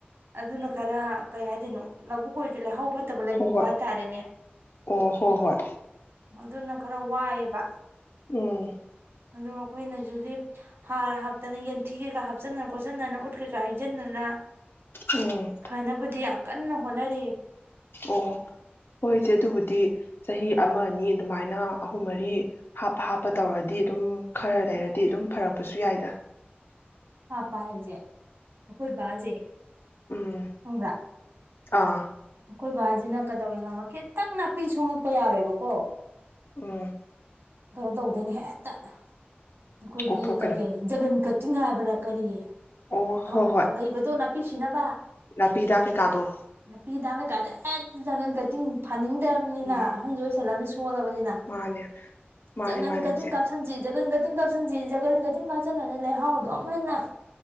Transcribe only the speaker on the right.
ꯑꯗꯨꯅ ꯈꯔ ꯀꯩ ꯍꯥꯏꯗꯣꯏꯅꯣ ꯂꯧꯕꯨꯛ ꯑꯣꯏꯁꯨ ꯂꯩꯍꯥꯎ ꯐꯠꯇꯕ ꯂꯩꯕꯨꯛ
ꯍꯥꯏ ꯇꯥꯔꯦꯅꯦ
ꯑꯗꯨꯅ ꯈꯔ ꯋꯥꯏꯑꯦꯕ
ꯑꯗꯣ ꯑꯩꯈꯣꯏꯅꯁꯨꯗꯤ ꯍꯥꯔ ꯍꯥꯞꯇꯅ ꯌꯦꯟꯊꯤ ꯀꯩꯀꯥ ꯍꯥꯞꯆꯤꯟꯗꯅ ꯈꯣꯠꯆꯤꯟꯗꯅ ꯎꯠ ꯀꯩꯀꯥ ꯍꯩꯖꯤꯟꯗꯅ
ꯐꯅꯕꯨꯗꯤ ꯌꯥꯝ ꯀꯟꯅ ꯍꯣꯅꯔꯤ
ꯍꯥꯞꯄꯥ ꯍꯥꯏꯖꯦ ꯑꯩꯈꯣꯏ ꯕꯥꯖꯦ
ꯈꯡꯕꯔꯥ
ꯑꯩꯈꯣꯏ ꯕꯥꯁꯤꯅ ꯀꯩꯗꯧꯋꯦ ꯈꯪꯕ ꯈꯤꯇꯪ ꯅꯥꯄꯤ ꯁꯣꯡꯉꯛꯄ ꯌꯥꯔꯣꯏꯕꯀꯣ
ꯀꯩꯅꯣ ꯇꯧꯗꯣꯏꯅꯦ ꯍꯦꯛꯇ ꯑꯩꯈꯣꯏꯒꯤ
ꯀꯔꯤ ꯀꯔꯤ ꯖꯒꯟ ꯀ ꯇꯤꯡꯉ ꯍꯥꯏꯕ꯭ꯔ ꯀꯔꯤꯌꯦ
ꯑꯃꯛ
ꯂꯩꯕꯗꯣ ꯅꯥꯞ ꯄꯤꯁꯤꯅꯕ
ꯅꯄꯤ ꯍꯤꯗꯥꯛ ꯀꯗꯤ ꯍꯦꯛ ꯖꯡꯒꯜ ꯀꯇꯤ ꯗꯨꯨꯡ ꯐꯥꯅꯤꯡꯗꯕꯅꯤꯅ
ꯑꯍꯟꯁꯨ ꯑꯣꯏꯁꯜꯂꯝꯅꯤ ꯁꯨ ꯁꯣꯜꯂꯕꯅꯤꯅ
ꯖꯉꯟ
ꯀꯇꯤꯡ
ꯀꯥꯞꯁꯤꯟꯁꯤ ꯖꯒꯟ ꯀꯥ ꯆꯤꯡꯗ ꯁꯨꯝꯖꯤ ꯖꯒꯟ ꯀꯥꯇꯤꯡ ꯀꯞꯁꯤꯜꯂꯥꯃꯤꯅꯥ ꯂꯩꯍꯥꯎꯗꯣ ꯑꯃꯅ